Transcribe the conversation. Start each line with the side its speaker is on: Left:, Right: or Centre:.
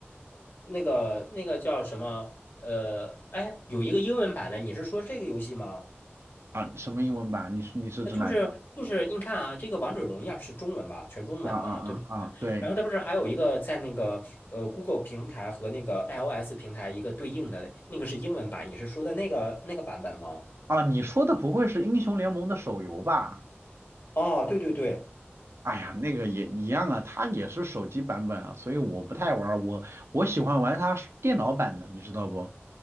Left: 那个那个叫什么？呃，哎，有一个英文版的，你是说这个游戏吗？
Right: 啊，什么英文版？你是你是指哪一个？
Left: 那就是就是你看啊，这个《王者荣耀》是中文吧，全中文嘛，
Right: 啊啊啊啊，
Left: 对不对？
Right: 对
Left: 然后它不是还有一个在那个呃 Google 平台和那个 iOS 平台一个对应的那个是英文版，你是说的那个那个版本吗？
Right: 啊，你说的不会是英雄联盟的手游吧？
Left: 哦，对对对，
Right: 哎呀，那个也一样啊，它也是手机版本啊，所以我不太玩儿，我我喜欢玩它是电脑版的，你知道不？